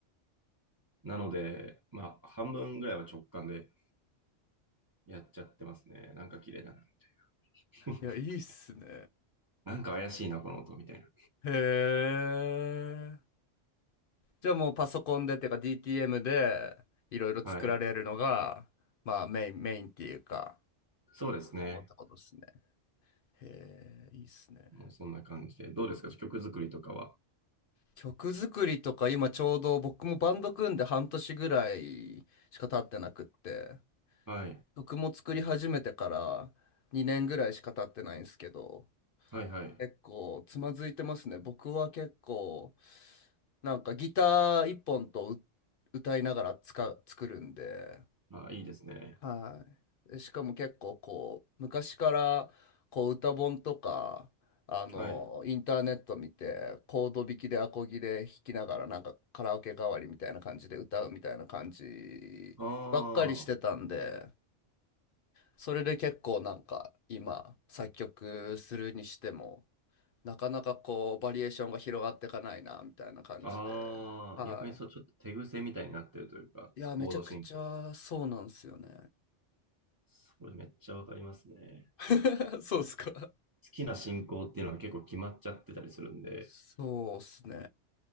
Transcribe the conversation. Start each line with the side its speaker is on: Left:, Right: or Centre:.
Right: なので、まあ半分ぐらいは直感で、やっちゃってますね。なんか綺麗だな。<laughs>
Left: いや、いいっすね。
Right: なんか怪しいな、この音みたいな。
Left: へえ。じゃあもうパソコンでっていうか DTM でいろいろ作られるのが、
Right: はい。
Left: まあメイン、メインっていうか、
Right: そうですね。
Left: 思ったことですね。へえ、いいっすね。
Right: もうそんな感じで。どうですか曲作りとかは。
Left: 曲作りとか今ちょうど僕もバンド組んで半年ぐらいしか経ってなくって
Right: はい。
Left: 曲も作り始めてから2年ぐらいしか経ってないんですけど
Right: はいはい。
Left: 結構つまずいてますね僕は結構なんかギター1本とう歌いながらつか作るんで
Right: あ、いいですね。
Left: はい。でしかも結構こう、昔からこう歌本とか、あの、
Right: はい。
Left: インターネット見て、コード弾きでアコギで弾きながら、なんかカラオケ代わりみたいな感じで歌うみたいな感じばっかりしてたんで、
Right: ああ。
Left: それで結構なんか今、作曲するにしても、なかなかこう、バリエーションが広がっていかないな、みたいな感じで。
Right: ああ。
Left: は
Right: 逆にそう、ちょっと手癖みたいになってるというか、
Left: い。いや、
Right: コード進行が。
Left: めちゃくちゃそうなんですよね。
Right: それめっちゃわかりますね。
Left: <laughs> そうっすか。
Right: 好きな進行っていうのは結構決まっちゃってたりするんで、
Left: そうっすね。